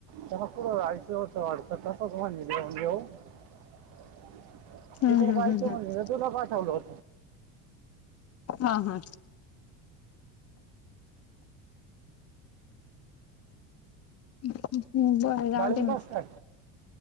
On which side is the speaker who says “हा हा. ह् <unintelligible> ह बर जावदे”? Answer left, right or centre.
Left